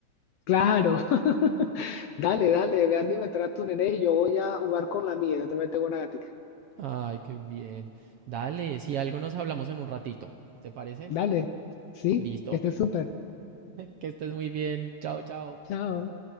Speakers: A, on the left; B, on the right.
A: Claro. <laughs> Dale, dale, ve a alimentar a tu nene y yo voy a jugar con la mía. Yo te tengo una gatica.
B: Ay, qué bien. Dale, si algo nos hablamos en un ratito. ¿Te parece?
A: Dale. Sí,
B: Listo.
A: que estés súper.
B: Que estés muy bien. Chao, chao.
A: Chao.